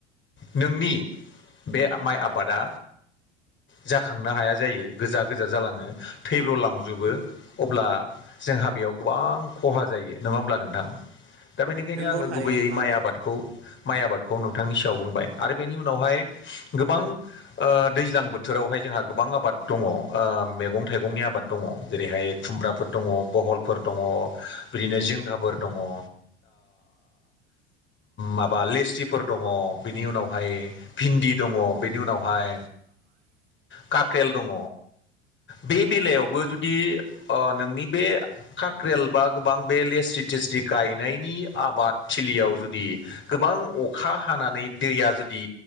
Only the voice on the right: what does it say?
नंगौ
थारैनो
नोंथां
उनावहाय